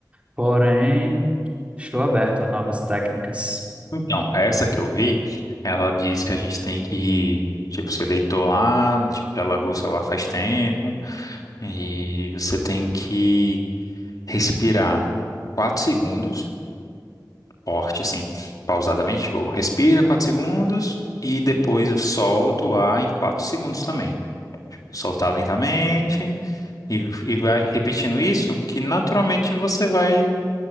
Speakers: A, on the right (about 15°); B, on the left (about 55°).
A: Porém, estou aberto a novas técnicas.
B: Então, essa que eu vi, ela diz que a gente tem que, tipo, você deitou lá, tipo, já largou o celular faz tempo, e você tem que respirar 4 segundos, forte, assim, pausadamente, tipo, respira 4 segundos e depois solta o ar em 4 segundos também. Soltar lentamente e, e vai repetindo isso, que naturalmente você vai,